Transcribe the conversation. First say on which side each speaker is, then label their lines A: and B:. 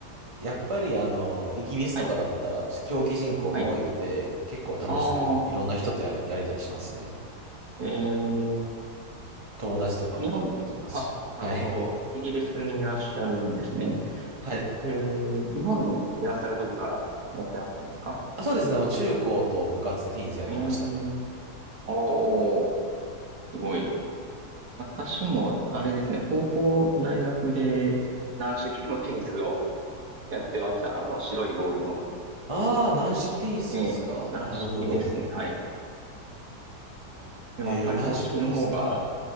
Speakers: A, on the right; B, on the right.
A: やっぱりあの、イギリスとかだったら競技人口も多いので、
B: はい、はい。
A: 結構楽しくいろんな人とやれ、
B: ああ、
A: やれたりしますね。
B: えー、
A: 友達とかもできますし。
B: 日本に、あ、なるほど。
A: はい。
B: イギリスにいらっしゃるんですね。
A: はい。
B: えー、日本にいらっしゃる時からやってあったんですか
A: あ、そうですね。まあ、中高と部活でテニスやってましたね。
B: えーおー、すごい。私も、あれですね、高校、大学で軟式のテニスをやってました。あの、白いボールの。
A: ああ、軟式テニスですか。
B: ええ、軟式ですね。
A: なるほど。
B: はい。でもやっぱり公式の方が、
A: へえー、軟式テニスか。